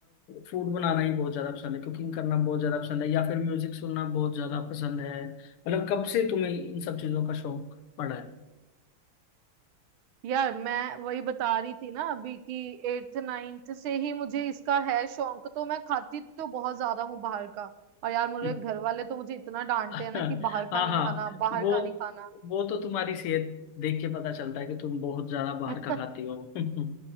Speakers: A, on the left; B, on the right.
A: फूड बनाना ही बहुत ज्यादा पसंद है कुकिंग करना बहुत ज्यादा पसंद है या फिर म्यूजिक सुनना बहुत ज्यादा पसंद है मतलब कब से तुम्हें इन सब चीजों का शौक पड़ा है
B: यार मैं वही बता रही थी ना अभी कि एट्थ नाइन्थ से ही मुझे इसका है शौक तो मैं खाती तो बहुत ज्यादा हूँ बाहर का और यार मेरे
A: <laughs>
B: घर वाले तो मुझे इतना डांटते
A: हाँ
B: हैं ना कि बाहर का नहीं
A: हाँ
B: खाना बाहर
A: वो
B: का नहीं खाना
A: वो तो तुम्हारी सेहत देख के पता चलता है कि तुम बहुत ज्यादा बाहर
B: <laughs>
A: का खाती हो <laughs>